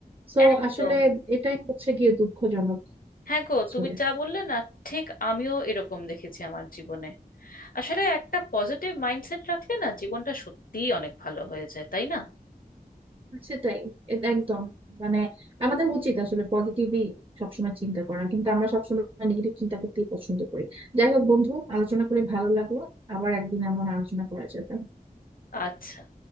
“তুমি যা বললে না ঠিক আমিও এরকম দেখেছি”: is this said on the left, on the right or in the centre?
Left